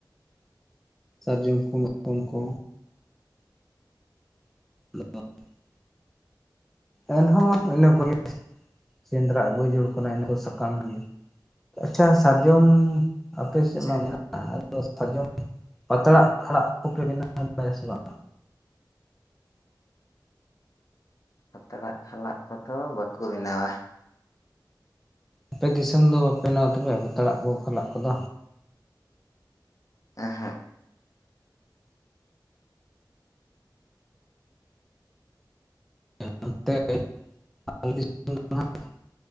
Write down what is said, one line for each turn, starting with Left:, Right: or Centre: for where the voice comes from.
Centre: ᱥᱟᱨᱡᱚᱢ ᱠᱚ ᱢᱟᱠᱚᱢ ᱠᱚ᱾ <inaudible> ᱮᱱᱦᱚᱸ ᱤᱱᱟᱹ ᱠᱚᱨᱮ ᱜᱮ᱾ ᱥᱮᱸᱫᱽᱨᱟ ᱟᱹᱜᱩ ᱡᱚᱲ ᱠᱟᱱᱟᱭ ᱤᱱᱟᱹ ᱠᱚ ᱥᱟᱠᱟᱢ ᱜᱮ ᱟᱪᱷᱟ ᱥᱟᱨᱡᱚᱢ᱾ ᱟᱯᱮ ᱥᱮᱫ
Left: ᱟᱪᱪᱷᱟ
Centre: ᱢᱟ ᱢᱮᱱᱟᱜ-ᱟ ᱟᱫᱚ ᱥᱟᱨᱡᱚᱢ ᱯᱟᱛᱲᱟᱜ ᱟᱲᱟᱜ ᱠᱚᱯᱮ ᱵᱮᱱᱟᱣ ᱵᱟᱲᱟᱭᱟ ᱥᱮ ᱵᱟᱝ?
Left: ᱯᱟᱛᱲᱟᱜ ᱠᱷᱟᱞᱟᱜ ᱠᱚᱫᱚ ᱵᱟᱠᱚ ᱵᱮᱱᱟᱣᱟ᱾
Centre: ᱟᱯᱮ ᱫᱤᱥᱚᱢ ᱫᱚ ᱵᱟᱯᱮ ᱱᱟᱣ ᱛᱮᱯᱮ ᱯᱟᱛᱲᱟᱜ ᱠᱚ ᱠᱷᱟᱞᱟᱜ ᱠᱚᱫᱚ᱾
Left: ᱮᱦᱮᱜ᱾
Centre: <unintelligible>